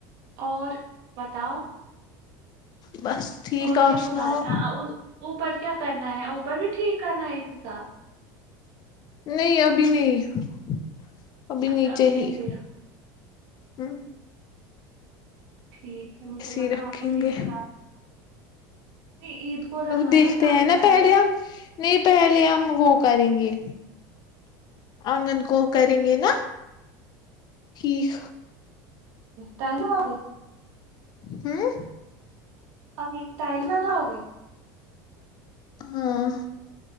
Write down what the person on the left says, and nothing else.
بس ٹھیک
آپ
سناؤ
نہیں ابھی نہیں ابھی
نیچے
ہی
ہاں
ہی رکھیں
گے
دیکھتے
ہیں نا
پہلے ہم نہیں پہلے ہم وہ کریں گے آنگن کو کریں گے نا ٹھیک
ہاں
ہاں